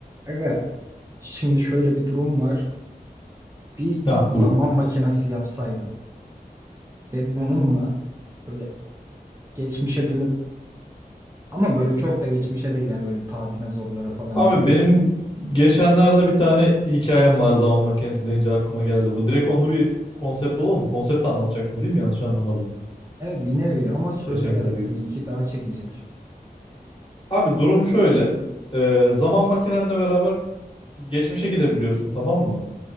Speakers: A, on the right; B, on the left.
A: Aga, şimdi şöyle bir durum var. Bir
B: Ha,
A: zaman
B: buyur.
A: makinesi yapsaydın ve bununla böyle geçmişe dönüp ama böyle çok da geçmişe değil yani böyle ta dinozorlara falan
B: Abi
A: değil.
B: benim geçenlerde bir tane hikayem var zaman makinesi deyince aklıma geldi. Bu direkt onu bir konsept olur mu? Konsept anlatacaktın değil mi? Yanlış anlamadım.
A: Evet bir nevi ama söyle
B: Geçenkiler
A: belki
B: gibi.
A: seninki daha çekicidir.
B: Abi durum şöyle. Ee, zaman makinenle beraber geçmişe gidebiliyorsun tamam mı?